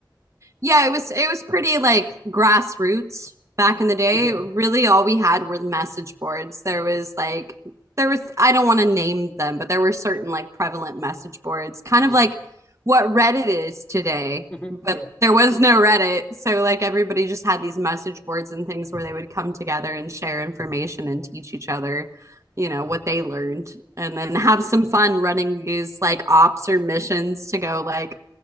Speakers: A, on the right; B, on the left.
A: Yeah, it was it was pretty like grassroots back in the day.
B: Yeah,
A: Really, all we had were the message boards. There was like there was I don't want to name them, but there were certain like prevalent message boards, kind
B: yeah,
A: of like what Reddit is today,
B: mhm,
A: but
B: yeah,
A: there was no Reddit. So like everybody just had these message boards and things where they would come together and share information and teach each other, you know, what they learned and then have some fun running these like ops or missions to go like